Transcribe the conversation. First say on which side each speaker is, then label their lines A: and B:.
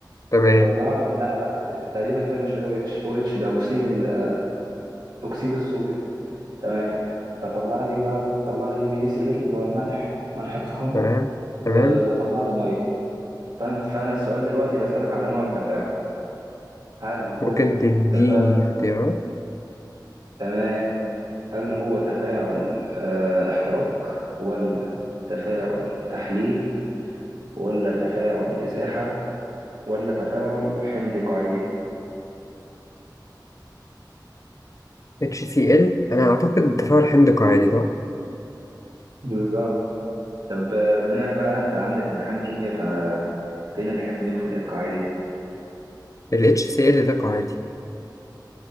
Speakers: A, on the left (about 45°); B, on the right (about 70°).
A: تمام
B: فطلعت لا لا د- تقريبا ده مش او اتش او اتش ده اكسيد ال... اكسيد الصوديوم تمام فطلع لي ايه بقى طلع لي ان اي سي ال اللي هو الملح ملح الطعام
A: تمام
B: و-
A: تمام
B: وطلع لي ميه فأنت... فانا السؤال دلوقتي بسألك على نوع التفاعل هل هو
A: ممكن تديني
B: تفاعل
A: اختيارات
B: تمام هل هو تفاعل آه... احتراق ولا تفاعل تحليل ولا تفاعل ازاحه ولا تفاعل حمض قاعدي
A: HCl انا اعتقد التفاعل حمض قاعدي صح
B: بالظبط طب آه، بما انك بقى انت عندك امتحان كيمياء ف فين الحمدي وفين القاعدي
A: ال HCl ده قاعدي